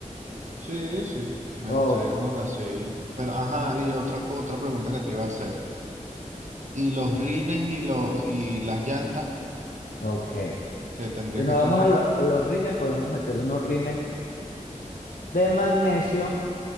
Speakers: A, on the right; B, on the left.
A: Sí, sí, me
B: Oh,
A: gustaría mandar así. Pero, ajá, y otra, co- otra pregunta que te iba a hacer. ¿Y los rines y, los, y las llantas
B: ok.
A: que tendrías
B: Si nos
A: que
B: vamos
A: tener?
B: a, lo- a los rines, podemos meter unos rines de magnesio.